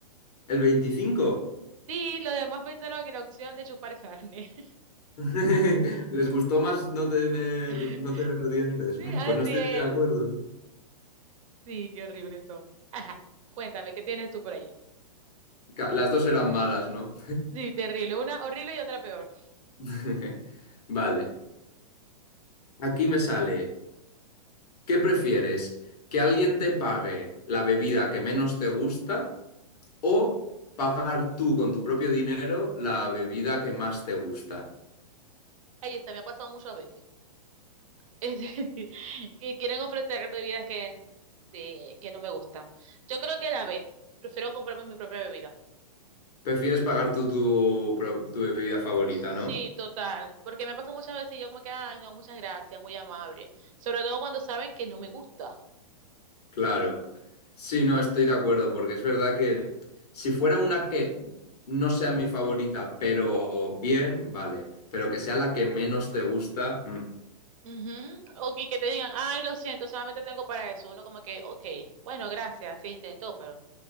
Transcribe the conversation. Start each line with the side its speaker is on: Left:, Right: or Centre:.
Left: ¿El 25,
Right: Sí, los demás pensaron en la opción de chupar carne.
Left: <laughs> ¿Les gustó más no tener,
Right: <laughs>
Left: no tener dientes?
Right: Sí,
Left: Mm,
Right: así
Left: Pues no estoy
Right: es.
Left: de acuerdo. ¿eh?
Right: Sí, qué horribles son. Ajá, cuéntame, ¿qué tienes tú por allí?
Left: Ca- Las dos eran malas, ¿no?
Right: Sí, terrible. Una horrible y otra peor.
Left: <laughs> Vale. Aquí me sale. ¿Qué prefieres? ¿Que alguien te pague la bebida que menos te gusta o pagar tú con tu propio dinero la bebida que más te gusta?
Right: Ay, se me ha pasado muchas veces. Es decir, <laughs> que quieren ofrecer bebidas que, de- que no me gustan. Yo creo que la B. Prefiero comprarme mi propia bebida.
Left: Prefieres pagar tú tu, pro- tu bebida favorita,
Right: Sí,
Left: ¿no?
Right: total. Porque me pasa muchas veces y yo como que, ay, no, muchas gracias, muy amable. Sobre todo cuando saben que no me gusta.
Left: Claro. Sí, no, estoy de acuerdo, porque es verdad que si fuera una que no sea mi favorita, pero bien, vale, pero que sea la que menos te gusta, mm,
Right: Ujú. O que, que te digan, ay, lo siento, solamente tengo para eso. Uno como que, ok, bueno, gracias, se intentó, pero,